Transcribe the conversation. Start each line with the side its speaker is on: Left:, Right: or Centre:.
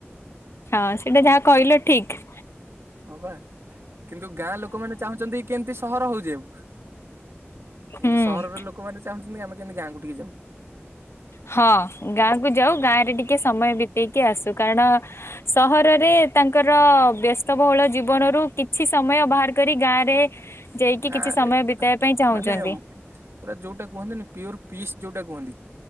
Left: ହଁ ସେଇଟା ଯାହା କହିଲ ଠିକ।
Right: ହଁବା କିନ୍ତୁ ଗାଁ ଲୋକମାନେ ଚାହୁଁଛନ୍ତି କେମିତି ସହର ହୋଇଯାଉ। କିନ୍ତୁ
Left: ହୁଁ।
Right: ସହରର ଲୋକମାନେେ ଚାହୁଁଛନ୍ତି ଆମେ କେମିତି ଗାଁ କୁ ଟିକେ ଯାଉ।
Left: ହଁ ଗାଁ କୁ ଯାଉ ଗାଁ ରେ ଟିକେ ସମୟ ବିତେଇକି ଆସୁ କାରଣ ସହରରେ ତାଙ୍କର ବ୍ୟସ୍ତବହୁଳ ଜୀବନରୁ କିଛି ସମୟ ବାହାର କରି ଗାଁରେ ଯାଇକି
Right: ଗାଁରେ
Left: କିଛି ସମୟ ବିତେଇବା ପାଇଁ ଚାହୁଁଛନ୍ତି।
Right: ମାନେ ପୁରା ଯୋଉଟା କୁହନ୍ତିନି ପିଓର ପିସ୍ ଯୋଉଟା କୁହନ୍ତି